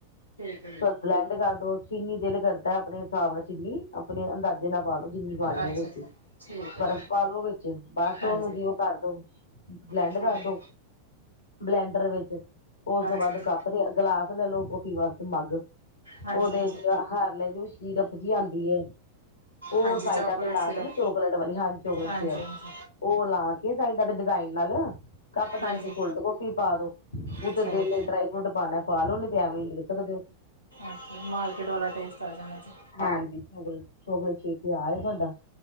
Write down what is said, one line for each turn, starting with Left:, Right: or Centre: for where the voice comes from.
Right: ਠੀਕ ਐ ਜੀ।
Left: ਬਲੈਂਡ ਕਰ ਦੋ ਚੀਨੀ ਦਿਲ ਕਰਦਾ ਆਪਣੇ ਸਾਬ ਨਾਲ ਚੀਨੀ। ਆਪਣੇ ਅੰਦਾਜ਼ੇ ਨਾਲ ਪਾਲੋ ਜਿੰਨੀ ਪਾਨੀ
Right: ਅੱਛਾ
Left: ਐ ਤੁਸੀਂ।
Right: ਜੀ ਠੀਕ ਹੈ
Left: ਬਰਫ਼ ਪਾਲੋ ਵਿੱਚ ਬਸ
Right: ਹਾਂਜੀ
Left: ਓਨੂੰ ਜੀਓ ਕਰ ਦੋ ਬਲੈਂਡ
Right: ਠੀਕ
Left: ਕਰ ਦੋ।
Right: ਹੈ
Left: ਬਲੈਂਡਰ ਵਿੱਚ ਉਸ ਤੋਂ
Right: ਅੱਛਾ
Left: ਬਾਅਦ
Right: ਜੀ
Left: ਕੱਪ ਤੇ ਗਿਲਾਸ ਲੈ ਲੋ ਕੋਫੀ ਵਾਸਤੇ ਮੱਗ।
Right: ਹਾਂਜੀ
Left: ਓਦੇ
Right: ਹਾਂਜੀ
Left: ਚ ਹਾਰਲੈ ਦੀ ਸ਼ੀਰਪ ਜੀ ਆਂਦੀ ਐ। ਓ
Right: ਹਾਂਜੀ
Left: ਸਾਈਡਾਂ
Right: ਚੋਕਲੇਟ
Left: ਤੇ ਲਾ
Right: ਸਿਰਪ
Left: ਕੇ ਨਾ ਚੋਕਲੇਟ ਵਾਲੀ ਹਾਂਜੀ ਚੋਕਲੇਟ
Right: ਹਾਂਜੀ
Left: ਸੀਗਾ।
Right: ਹਾਂਜੀ
Left: ਓ ਲਾ ਕੇ ਸਾਈਡਾਂ ਤੇ ਡਿਜ਼ਾਇਨ ਲਾਲੋ। ਕੱਪ ਦੇ
Right: ਹਾਂਜੀ
Left: ਵਿੱਚ ਕੋਲਡ ਕੋਫੀ ਪਾਦੋ ਓ
Right: ਅੱਛਾ
Left: ਤੇ ਦਿਲ
Right: ਜੀ
Left: ਡਰਾਈ ਫਰੂਟ ਪਾਣਾ। ਪਾਲੋ ਨਈ ਤੇ ਐਵੇਂ <unintelligible> ਸਕਦੇ ਓ।
Right: ਅੱਛਾ, ਮਾਰਕੀਟ ਵਾਲਾ ਟੇਸਟ ਆ ਜਾਂਦਾ ਜੀ।
Left: ਹਾਂਜੀ, <unintelligible> ਛੇਤੀ ਆ ਈ ਜਾਂਦਾ।